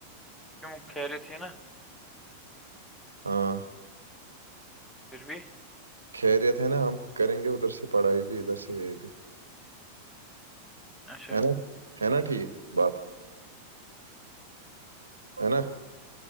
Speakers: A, in the centre; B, on the right.
A: کیوں خیریت ہے نا
B: ہاں
A: پھر بھی
B: خیریت ہے نا ہم کریں گے ادھر سے پڑھائی بھی ادھر سے یہ بھی
A: اچھا
B: ہے نا ہے نا ٹھیک بات ہے نا